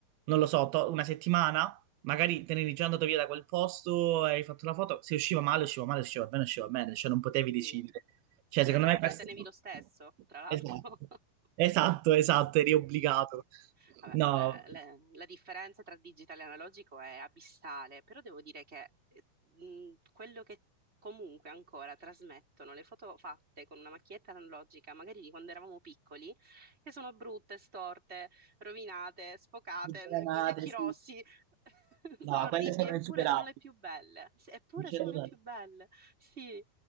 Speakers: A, on the right; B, on the right.
A: non lo so, to- una settimana magari te ne eri già andato via da quel posto, hai fatto la foto, se usciva male, usciva male, se usciva bene, usciva bene, cioè non potevi decidere.
B: Sì, sì,
A: Cioè, secondo
B: esatto,
A: me
B: te
A: questo...
B: la tenevi lo stesso, tra l'altro.
A: Esatto,
B: <laughs>
A: esatto, esatto, eri obbligato.
B: Sì. Vabbè,
A: No,
B: eh, le- la differenza tra digitale e analogico è abissale, però devo dire che eh, mh, quello che comunque ancora trasmettono le foto fatte con una macchietta analogica, magari di quando eravamo piccoli, che sono brutte, storte, rovinate, sfocate,
A: Diagramate,
B: eh, con gli occhi
A: sì.
B: rossi, <laughs>
A: No,
B: sono orribili,
A: quelle sono
B: eppure
A: insuperabili.
B: sono le più belle. Sì, Eppure
A: Non c'è
B: sono
A: nulla
B: le più
A: da-
B: belle. Sì,